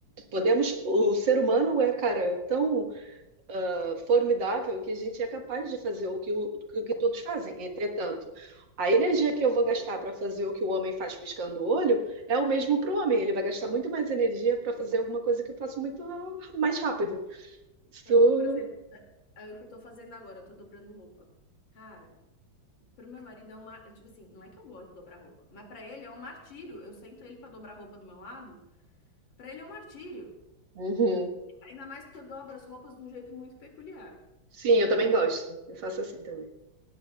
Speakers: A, on the right; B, on the left.
A: Podemos, o ser humano é, cara, tão ah, formidável que a gente é capaz de fazer o que, o, o que todos fazem. Entretanto, a energia que eu vou gastar para fazer o que o homem faz piscando o olho é o mesmo para o homem. Ele vai gastar muito mais energia para fazer alguma coisa que eu faço muito ah, mais rápido. Isso.
B: É, por exemplo, é o que eu tô fazendo agora, eu tô dobrando roupa. Cara, pro meu marido é uma, é tipo assim, não é que eu gosto de dobrar roupa, mas pra ele é um martírio. Eu sento ele pra dobrar roupa do meu lado, pra ele é um martírio.
A: Uhum.
B: Ainda mais porque eu dobro as roupas de um jeito muito peculiar.
A: Sim, eu também gosto. Eu faço assim também.